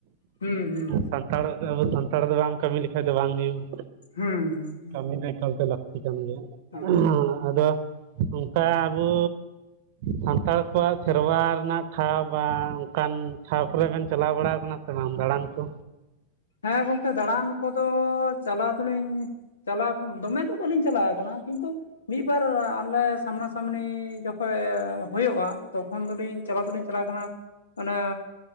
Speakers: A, on the left; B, on the right.
A: ᱦᱩᱸ ᱦᱩᱸ
B: ᱥᱟᱱᱛᱟᱲ ᱟᱵᱚ ᱥᱟᱱᱛᱟᱲ ᱫᱚ ᱵᱟᱢ ᱠᱟᱹᱢᱤ ᱞᱮᱠᱷᱟᱡ ᱫᱚ ᱵᱟᱝ ᱦᱩᱭᱩᱜᱼᱟ᱾
A: ᱦᱩᱸ ᱦᱩᱸ
B: ᱠᱟᱹᱢᱤ ᱫᱚ ᱮᱠᱟᱞ ᱜᱮ ᱞᱟᱹᱠᱛᱤ ᱠᱟᱱ ᱜᱮᱭᱟ
A: ᱦᱩᱸ
B: ᱦᱚᱸ ᱟᱫᱚᱼᱼᱼ ᱚᱱᱠᱟ ᱟᱵᱚ ᱥᱟᱱᱛᱟᱲ ᱠᱚᱣᱟᱜ ᱥᱮᱨᱣᱟ ᱨᱮᱱᱟᱜ ᱴᱷᱟᱶ ᱵᱟ ᱚᱱᱠᱟᱱ ᱴᱷᱟᱶ ᱠᱚᱨᱮ ᱵᱮᱱ ᱪᱟᱞᱟᱣ ᱵᱟᱲᱟ ᱠᱟᱱᱟ᱾ ᱥᱮ ᱵᱟᱜ ᱫᱟᱬᱟᱱ ᱠᱚ
A: ᱦᱮᱸ ᱜᱚᱝᱠᱮ ᱫᱟᱬᱟᱱ ᱠᱚᱫᱚ ᱪᱟᱞᱟᱣ ᱫᱚᱞᱤᱧ ᱪᱟᱞᱟᱣ ᱫᱚ ᱢᱮ ᱫᱚ ᱵᱟᱹᱞᱤᱧ ᱪᱟᱞᱟᱣ ᱠᱟᱱᱟ ᱠᱤᱱᱛᱩ ᱢᱤᱫ ᱵᱟᱨ ᱟᱞᱮ ᱥᱟᱢᱱᱟ ᱥᱟᱢᱱᱤ ᱡᱚᱠᱷᱚᱱ ᱦᱩᱭᱩᱜᱼᱟ᱾ ᱛᱚᱠᱷᱚᱱ ᱫᱚᱞᱤᱧ ᱪᱟᱞᱟᱣ ᱫᱚᱞᱤᱧ ᱪᱟᱞᱟᱣ ᱠᱟᱱᱟ ᱚᱱᱟ